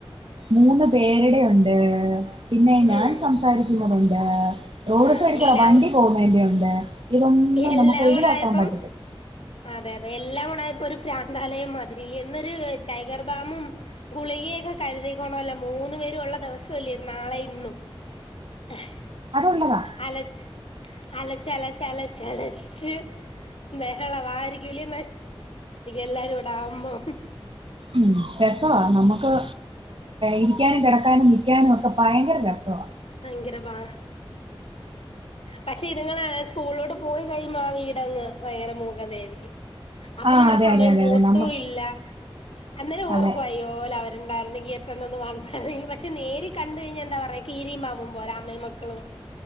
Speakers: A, on the right (about 65°); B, on the left (about 80°).
A: മൂന്ന് പേരുടെ ണ്ട് പിന്നെ ഞാൻ
B: ഉം
A: സംസാരിക്കുന്നതു ണ്ട്. <unintelligible>
B: ആ എല്ലാം
A: വണ്ടി പോവുന്നേന്റെണ്ട് ഇതൊന്നും
B: എല്ലാം
A: നമുക്ക് ഒഴിവാക്കാൻ
B: കൂടെ ആയപ്പം
A: പറ്റത്തില്ല.
B: അതെ അതെ എല്ലാം കൂട്ടായപ്പൊ ഒരു പ്രാന്താലയം മതിരില്ലേ എന്നരു ടൈഗർ ബാമും ഗുളികെയൊക്കെ കര്തിക്കോണംല്ലോ മൂന്നു പേരു ഉള്ള ദിവസല്ലേ നാളെ ഇന്നും. ആഹ്.
A: അതുള്ളതാ
B: അലച്ച് അലച്ചലച്ചലച്ചലച്ച് വെ <unintelligible> രസ്സവായിരിക്കും എല്ലാരും കൂടെ ആവുമ്പം.
A: ഉം രസവാ നമ്മക്ക് ഇരിക്ക്യാനും കെടക്കാനും നി ക്ക്യാനും ഒക്കെ ഭയങ്കര രസവാ.
B: ഭയങ്കര ബാ പക്ഷെ ഇത്ങ്ങള് സ്കൂളോട്ട് പോയി കഴിയുമ്പോ ആ വീടങ്ങ് ഭയങ്കര മൂകതയായിരിക്ക്യും. അപ്പൊ
A: ആഹ്
B: നമ്മടെ
A: അതെ
B: സമയം
A: അതെ അതെ
B: പോവത്തൂ
A: അതെ നമ്മ
B: ല്ല. അന്നേരം ഓർക്കും
A: അതെ
B: അയ്യോ ലവര്ണ്ടായിര്ന്നെങ്കി എത്ര നന്ന് ഒന്ന് വന്ന് എങ്കി പക്ഷെ നേരി ക ണ്ട് കയ്ഞ്ഞ എന്താ പറയാ കീ രീം പാമ്പും പോലെ അമ്മയും മക്കളും